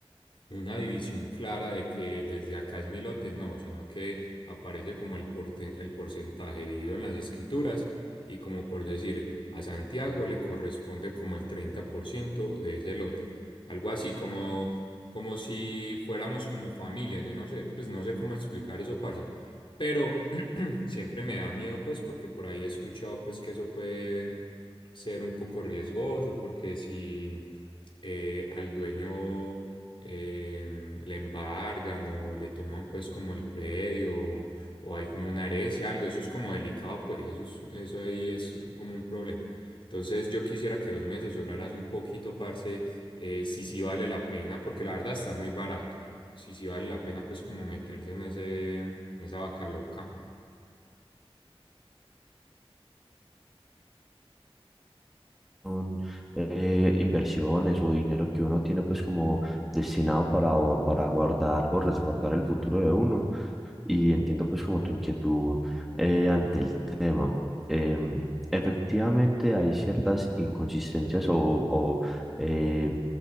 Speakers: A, on the left (about 55°); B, in the centre.
A: una división clara de que desde acá es mi lote, no, sino que aparece como el, porte- el porcentaje dividido en las escrituras y como por decir, a Santiago le corresponde como el 30% de ese lote. Algo así como, como si fuéramos como familia, yo no sé, pues no sé cómo explicar eso, parce. Pero Siempre me da miedo, pues, porque por ahí he escuchado, pues, que eso puede ser un poco riesgoso, porque si eh, al dueño em, le embargan o le toman, pues, como el predio o, o hay como una herencia, algo, eso es como delicado, pues, eso es- eso ahí es como un problema. Entonces, yo quisiera que vos me asesoraras un poquito, parce, eh, si sí vale la pena, porque la verdad está muy barato. Si sí vale la pena, pues, como meterse en ese, en esa vaca loca.
B: son eh, inversiones o dinero que uno tiene pues como destinado para, o- para guardar o resguardar el futuro de uno y entiendo pues como tu inquietud eh, ante el tema. Em, efectivamente hay ciertas inconsistencias o, o, eh,